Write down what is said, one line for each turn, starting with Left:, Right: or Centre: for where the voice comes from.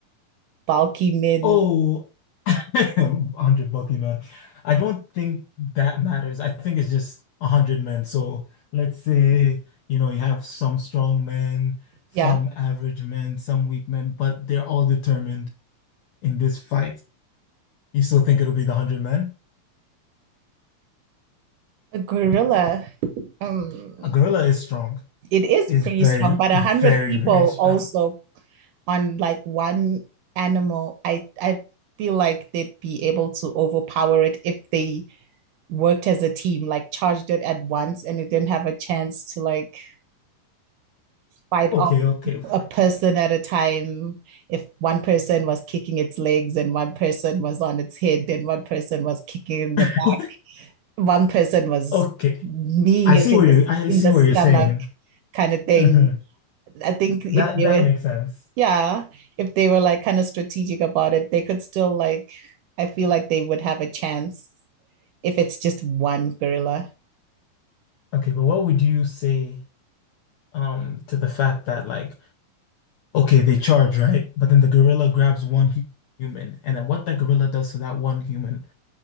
Right: bulky men.
Left: Oh, <laughs> a hundred bucky men. I don't think that matters. I think it's just a hundred men. So let's say, you know, you have some strong men, some
Right: Yeah,
Left: average men, some weak men, but they're all determined in this fight. You still think it'll be the hundred men?
Right: a gorilla. Um,
Left: A gorilla is strong.
Right: it is
Left: It's
Right: pretty
Left: very,
Right: strong, but a
Left: very,
Right: hundred people
Left: very strong.
Right: also on like one animal, I I feel like they'd be able to overpower it if they worked as a team, like charged it at once and it didn't have a chance to like fight
Left: Okay,
Right: off
Left: okay,
Right: a person at a time. If one person was kicking its legs and one person was on its head and one person was kicking in the
Left: <laughs>
Right: back, one person was
Left: okay.
Right: kneeing
Left: I see
Right: it in
Left: what
Right: the
Left: you I
Right: in
Left: see
Right: the
Left: what
Right: stomach
Left: you're saying.
Right: kind of thing.
Left: hmm
Right: I think
Left: That
Right: if they
Left: that
Right: were
Left: makes sense.
Right: Yeah, if they were like kind of strategic about it, they could still like, I feel like they would have a chance if it's just one gorilla.
Left: Okay, but what would you say um to the fact that like okay, they charge, right? But then the gorilla grabs one hu- human, and then what that gorilla does to that one human